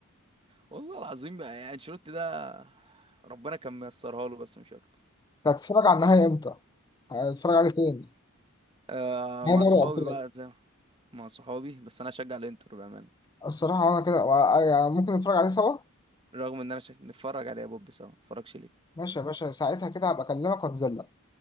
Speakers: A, on the right; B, on the left.
A: والله العظيم يعني انشيلوتي ده ربنا كان ميسرها له بس مش أكتر
B: أنت هتتفرج على النهائي امتى؟ هتتفرج عليه فين؟
A: آه
B: نهائي
A: مع
B: دوري
A: صحابي
B: الابطال
A: بقى زي ما- مع صحابي بس أنا أشجع الإنتر بأمانة
B: الصراحة وانا كده و- آه، يعني ممكن نتفرج عليه سوا
A: رغم إن أنا شك... نتفرج عليه يا بوب سوا نتفرجش ليه
B: ماشي يا باشا ساعتها كده هبقى اكلمك وانزل لك